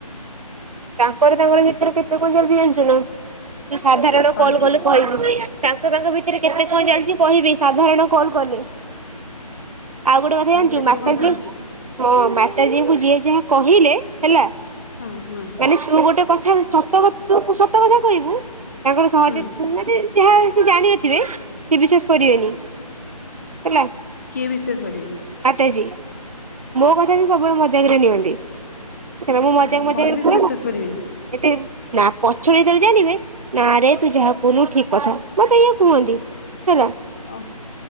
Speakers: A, on the right; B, on the left.
A: ତାଙ୍କର ତାଙ୍କର ଭିତରେ କେତେ କଣ ଚାଲିଛି ଜାଣିଛୁ ନା ତୁ ସାଧାରଣ
B: କଣ
A: କଲ୍
B: ହେଇଛି
A: କଲେ କହିବି ତାଙ୍କ ତାଙ୍କ ଭିତରେ କେତେ କଣ ଚାଲିଛି କହିବି ସାଧାରଣ କଲ କଲେ। ଆଉ ଗୋଟେ କଥା
B: ମୁଁ
A: ଜାଣିଛୁ
B: କେତେ
A: ମାତାଜି
B: କଣ ଚାଲିଛି
A: ହଁ ମାତାଜୀଙ୍କୁ ଯିଏ ଯାହା କହିଲେ ହେଲା।
B: ହଁ ହଁ।
A: ମାନେ ତୁ ଗୋଟେ କଥା ସତୁ ସତ କଥା କହିବୁ ତାଙ୍କର ସହଜେ
B: ହୁଁ
A: ତୁ ମାନେ ଯାହା ସେ ଜାଣିିନଥିବେ ସେ ବିଶ୍ୱାସ କରିବେନି ହେଲା।
B: କିଏ ବିଶ୍ୱାସ କରିବେନି।
A: ଆଟାଜୀ ମୋ କଥା ସବୁବେଳେ ମଜାକରେ ନିଅନ୍ତି ହେଲେ ମୁଁ ମଜାକ
B: ଓହୋ
A: ମଜାକରେ
B: କହିଲେ ସେ
A: କୁହେ
B: ବିଶ୍ୱାସ କରିବେନି।
A: ଏତେ ନା ପଛରେ ଜେତେବେଳେ ଜାଣିବେ ନା ରେ ତୁ ଯାହା କହୁନୁ ଠିକ କଥା ମତେ ଇଏ କୁହନ୍ତି ହେଲା।
B: ଓୋ।